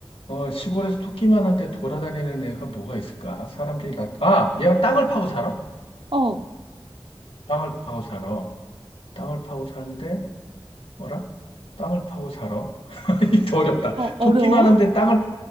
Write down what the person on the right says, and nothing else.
어, 어,
어려워?